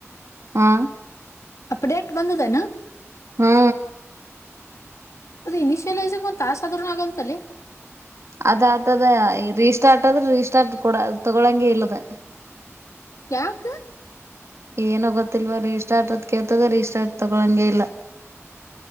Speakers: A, on the right (about 65°); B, on the left (about 75°).
A: ಹಾ
B: ಅಪಡಟ್ ಬಂದದನಾ
A: ಹ್ಮ
B: ಅದು ಇನಿಿಯೈಂಗ ಒಂದ ತ ನಾಗಂತಲ್ಲಿ
A: ಅದ್ತದ ರೀಸ್್ಟಾರ್ಟ್ ಆದ್ರೆ ರೀಸ್್ಟಾರ್ಟ್ ಕೊಡ ತಗೊಳಂಂಗಗೆ ಇಲ್ಲದ
B: ಯಾಕ
A: ಏನ ಗೊತ್ತಿಲ್ವಾ ರಿಸ್ಟಾರ್ಟ ಅದ್ ಕೇಳ್ತದ ರಿಸ್ಟಾರ್ಟ್ ತಗಳಂಗೇ ಇಲ್ಲ